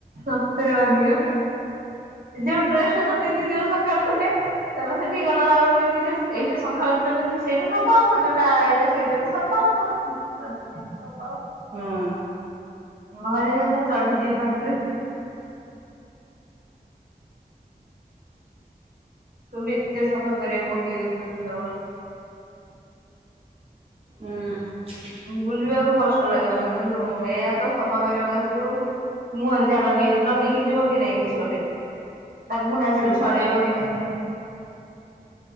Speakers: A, on the right (about 65°); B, on the right (about 40°).
A: ସତରେ ବାନ୍ଧିବ ଯୋଉ ଡ୍ରେସ ଟା ତ ପିନ୍ଧିଥିବ ସକାଳୁ ଗୋଟେ ତାପରେ ସେଠି ଗଲା ଆଳକୁ ଆଉ ଗୋଟେ ପିନ୍ଧିକି ଯିବ ଏଇଟା ସକାଳୁ ଯୋଉଟା ପିନ୍ଧିବ ସେଇଟା ସଫା ହବ ଯୋଉଟା ଏଇଟା ସେଇଟା ବି ସଫ ସଫା ହବ <unintelligible>
B: ହଁ
A: ହଉ ଘରେ ଏଥିର ଚଢିଯିବେ ତଣ୍ଟିରେ। ତମେ ଏତେ ସଫା କରିବାକୁ ପକେଇ ଦଉଛନ୍ତି ସବୁବେଳେ।
B: ହୁଁ।
A: ବୁଲିବାକୁ କଷ୍ଟ ଲାଗିବନି କିନ୍ତୁ ଏଇଆ ତ ସଫା କରିବାକୁ ଆସିବ ପୁଣି ମୁହଁରେ ଯାହା ଲଗେଇ ଲଗେଇକି ଯିବ କି ନାଇଁ କିଛି ଗୋଟେ। ତାକୁ ପୁଣି ଆସିଲେ
B: ହୁଁ
A: ଛଡେଇବ କି ନାହିଁ।